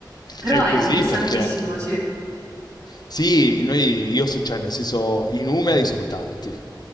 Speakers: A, on the right; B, on the left.
A: Però
B: È
A: è
B: così
A: interessantissimo,
B: perché...
A: sì,
B: Sì, noi, io so, cioè, nel senso, i numeri sono tanti.